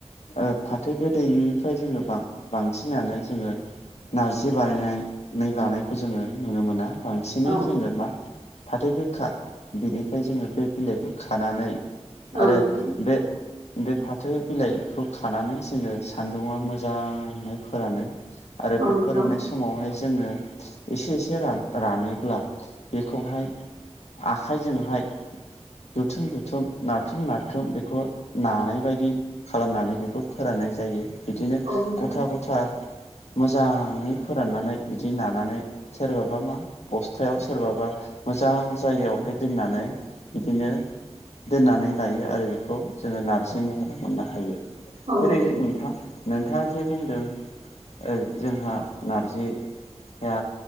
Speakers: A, on the left (about 80°); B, on the right (about 70°).
A: ओ फाथो गोदैनिफ्राय जोङो बां बांसिनानो जोङो नारजि बानायनानै लानायखौ जोङो नुनो मोना बांसिनै
B: औ
A: जोङो मा फाथो गोखा बिनिफ्राय जोङो बै बिलाइखौ खानानै आरो
B: नोंथां
A: बे बे फाथो बिलाइखौ खानानै जोङो सानदुंङाव मोजाङै फोरानो आरो
B: औ
A: बे
B: नोंथां
A: फोराननाय समावहाय जोङो इसे इसे रा रानोब्ला बेखौहाय आखाइजोंहाय जुथुम जुथुम नारथुम नारथुम बेखौ नानायबायदि खालामनानै बेखौ फोराननाय जायो बिदिनो
B: औ नोंथां
A: ग'था ग'था मोजाङै फोराननानै बिदि नानानै सोरबाबा मा बस्थायाव सोरबाबा मोजां जायगायावहाय दोननानै बिदिनो दोननानै लायो आरो बेखौ जोङो नारजि महर मोननो हायो
B: औ
A: जेरै
B: नोंथां
A: नोंथा नोंथाङा जे बुंदों ओ जोंहा नारजि ओ